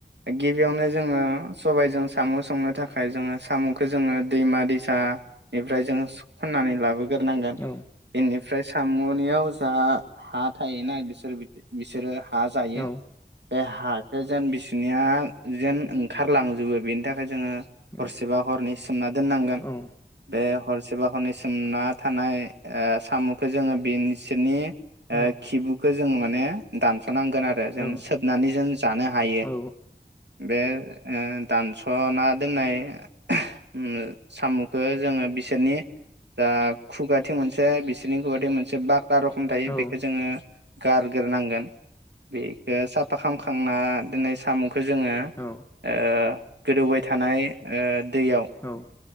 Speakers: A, on the right; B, on the left.
A: गिबियावनो जोंङो सबायजों साम' संनो थाखाय जोंङो साम'खौ जोंङो दैमा दैसानिफ्राय जोंङो खन्नानै लाबोगोन। ग्रोनां गोन।
B: औ
A: ओमफ्राय साम'नियाव जा हा थायोना बिसोर बिसोरो हा जायो।
B: औ
A: बे हाखौ जेन बिसनिया जेन ओंखारलांजोबो बेनि थाखाय जोङो
B: औ
A: हरसेबा हरनै सोमना दोननांगोन।
B: औ
A: बे हरसे बा हरनै सोमना थानाय ओ सामुखौ जोंङो। बिनि सिंनि ओ
B: औ
A: खिबुखौ जों नोदान खारनांगोन आरो जों
B: औ
A: सोबनानै जों जानो हायो।
B: औ
A: बे ओ दानस'ना दोननाय ओ साम'खौ जोङो बिसोरनि जा खुगाथिं मोनसे बिसोरनि खुगाथिं मोनसे बा बा रोखम थायो
B: औ
A: बेखौ जोङो गारग्रोनांगोन बे दिनो साफा खालामखांना इदिनो साम' खौ जोङो
B: औ
A: ओ गोदौबाय थानाय ओ दैयाव
B: औ